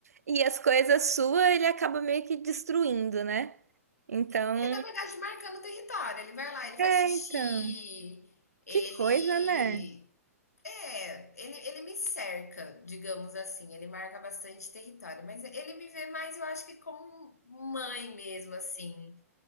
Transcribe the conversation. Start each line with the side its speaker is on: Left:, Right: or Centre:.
Right: e as coisas suas ele acaba meio que destruindo, né? Então,
Left: É, na verdade, marcando o território. Ele vai lá, ele
Right: é,
Left: faz xixi,
Right: então,
Left: ele.
Right: que coisa, né?
Left: É, ele, ele me cerca, digamos assim. Ele marca bastante território. Mas ele me vê mais, eu acho que como mãe mesmo, assim.